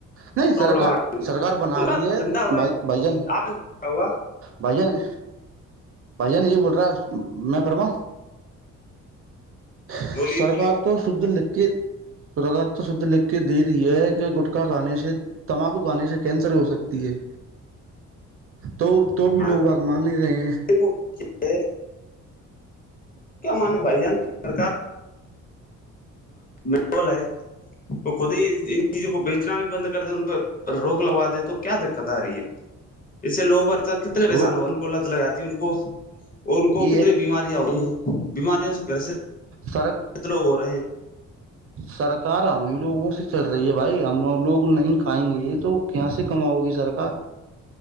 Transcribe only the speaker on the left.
پرابلم
آ رہی
ان کا
دھندا ہو رہا
آپ نے دیکھا ہوگا
بولی بولی
ہاں
<unintelligible> کیا مانے بھائی جان کی سر مول ہے وہ خود ہی ان چیزوں کو بیچنا بھی بند کر د ان پہ روک لگوا دے تو کیا دقت آ رہی ہے اس سے لووں ب کتنے پریشان
ہو لت لگاتی ان کو ان کو
کتنی
بیماریاں ہوئی ہیں بیماریاوں سے گھر سے
کت لوگ ہو رہے ہیں